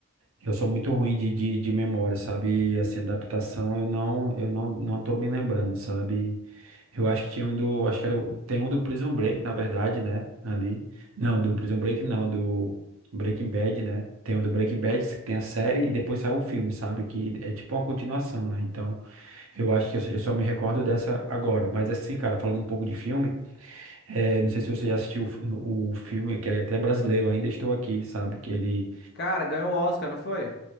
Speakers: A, on the right; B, on the left.
A: Eu sou muito ruim de, de, de memória, sabe? E, assim, adaptação eu não, eu não, não tô me lembrando, sabe? Eu acho que tinha um do, acho que era, o- tem um do Prison Break, na verdade, né? Ali. Não, do Prison Break não, do Breaking Bad, né? Tem um do Breaking Bad, que tem a série e depois saiu o filme, sabe? Que é tipo uma continuação, né? Então, eu acho que eu, só eu só me recordo dessa agora. Mas assim, cara, falando um pouco de filme, eh, não sei se você já assistiu o, fi- o filme, que é até brasileiro, Ainda Estou Aqui, sabe? Que ele
B: Cara, ganhou o Oscar, não foi?